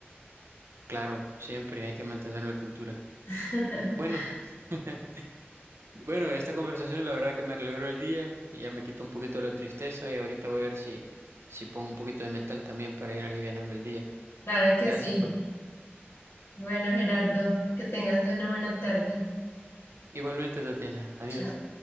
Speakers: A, on the right; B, on the left.
A: Claro, siempre hay que mantener la cultura.
B: <laughs>
A: Bueno, <laughs> bueno, esta conversación la verdad que me alegró el día, y ya me quitó un poquito la tristeza y ahorita voy a ver si, si pongo un poquito de metal también para ir alivianando el día.
B: Claro que
A: Gracias
B: sí.
A: por... tu-
B: Bueno, Gerardo, que tengas una buena tarde.
A: Igualmente, Tatiana. Adiós.
B: Chao.